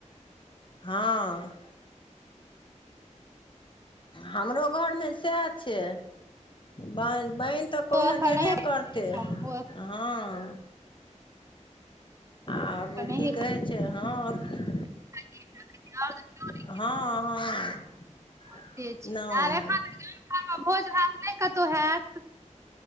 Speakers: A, on the left; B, on the right.
A: हँ। हमरो घरमे सएह छै ब बैन त
B: मौसो
A: कहुना
B: एखन
A: जेबे
B: नहिये
A: करतै।
B: हँ ओ
A: हँ आब
B: एखन
A: ओ
B: नहिये
A: की
B: खेतै
A: कहै छैय, हँ और कि।
B: <inaudible>
A: हँ- हँ।
B: होइते छैय।
A: नहि
B: आब एखन त गाम घरमे भोज भात नहि कतौ हैत।